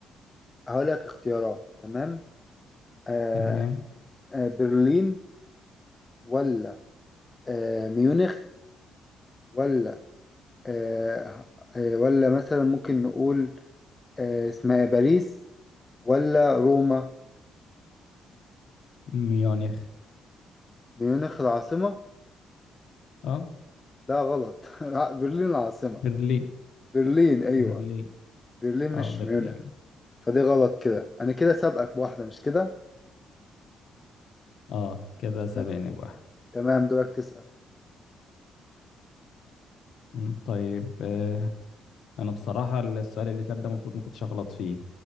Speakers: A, on the left; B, on the left.
A: هقولك اختيارات تمام آه،
B: تمام
A: آه، برلين ولا آه، ميونخ ولا آه، آه، ولا مثلا ممكن نقول آه، اسمها إيه، باريس ولا روما
B: ميونخ
A: ميونخ العاصمة
B: اه
A: لا غلط <laughs> برلين العاصمة
B: برلين
A: برلين أيوة
B: برلين
A: برلين
B: اه
A: مش
B: برلين
A: ميونخ فدي غلط كده أنا كده سابقك بواحدة مش كده
B: اه كده سبقني
A: تم-
B: بواحد
A: تمام دورك تسأل
B: مم، طيب آه، انا بصراحة السؤال اللي فات ده المفروض ما كنتش اغلط فيه